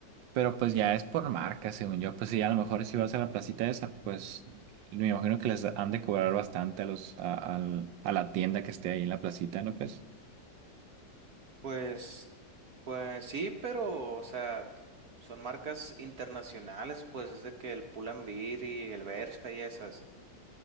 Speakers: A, on the right; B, on the right.
A: Pero pues ya es por marca, según yo. Pues sí, a lo mejor si vas a la placita esa, pues me imagino que les han de cobrar bastante a los, a, al- a la tienda que esté ahí en la placita, ¿no crees?
B: Pues, pues sí, pero, o sea, son marcas internacionales, pues es de que el Pull&Bear y el Bershka y esas.